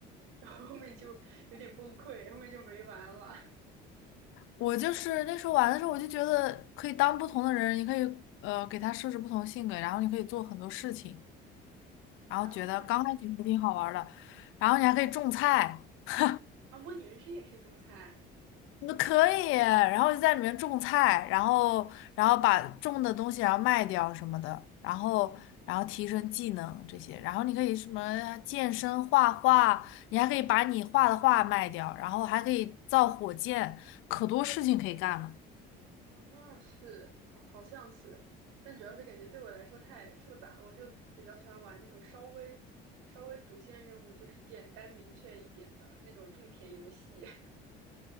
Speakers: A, on the right (about 85°); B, on the left (about 70°).
A: 然后后面就有点崩溃，后面就没玩了
B: 我就是那时候玩的时候，我就觉得可以当不同的人，你可以呃给他设置不同性格，然后你可以做很多事情，然后觉得刚开始还挺好玩儿的，
A: 啊，这
B: 然后你还可以种菜，<laughs>
A: 啊，模拟人生也可以种菜
B: 那可以，然后就在里面种菜，然后然后把种的东西然后卖掉什么的，然后然后提升技能这些，然后你可以什么健身、画画，你还可以把你画的画卖掉，然后还可以造火箭，可多事情可以干了。
A: 啊，是，好，好像是，但主要是感觉对我来说太复杂了我就比较喜欢玩那种稍微稍微主线任务就是简单明确一点的那种种田游戏。<laughs>